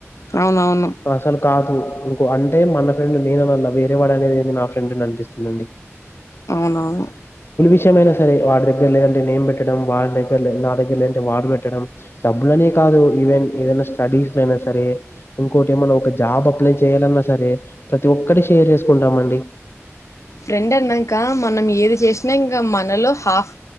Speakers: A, on the left; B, on the left.
A: అవునవును
B: అసలు కా తు ఇంకో అంటే మన ఫ్రెండ్ నేన అనల్లా వేరే వాడు అనేది ఏంది నా ఫ్రెండ్ అని అనిపిస్తుందండి
A: అవునవును
B: కొంచెమైనా సర వాడి దగ్గర లేదంటే నేం పెట్టడం వాడి దగ్గర నా దగ్గర లేదంటే వాడు పెట్టడం డబ్బులనే కాదు ఈవెన్ ఏదైనా స్టడీస్ అయినా సరే ఇంకోటి ఏమన్నా ఒక జాబ్ అప్లై చేయాలన్నా సరే ప్రతి ఒక్కటి షేర్ చేసుకుంటామండి
A: ఫ్రెండ్ అన్నంక మనం ఏది చేసినా ఇంకా మనలో హాఫ్